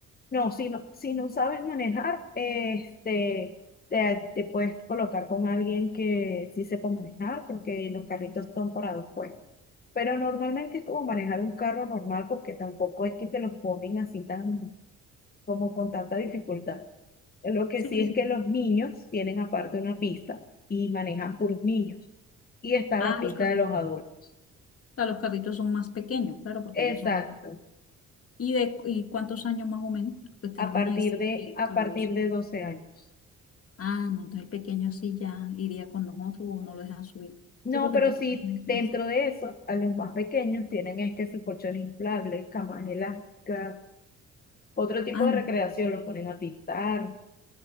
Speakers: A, on the left; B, on the left.
A: No, si no, si no sabes manejar, este, te, te puedes colocar con alguien que sí sepa manejar, porque los carritos son para dos puestos. Pero normalmente es como manejar un carro normal, porque tampoco es que te los ponen así tan, como con tanta dificultad. Lo que
B: Sí,
A: sí
B: sí.
A: es que los niños tienen aparte una pista y manejan puros niños. Y está
B: Ah,
A: la pista
B: los carritos.
A: de los adultos.
B: O los carritos son más pequeños, claro, porque
A: Exacto.
B: ellos son ¿Y de y cuántos años más o menos? Pues tengo
A: A partir
B: uno de siete
A: de,
B: y
A: a
B: otro
A: partir
B: de 12.
A: de 12 años.
B: Ah, no, entonces el pequeño sí ya iría con nosotros o no lo dejan subir.
A: No,
B: Sí, porque
A: pero
B: el pequeño
A: sí,
B: tiene
A: dentro
B: once.
A: de eso, a los más pequeños tienen es que si colchones inflables, camas elásticas, otro tipo
B: Ah,
A: de recreación, los ponen a pintar.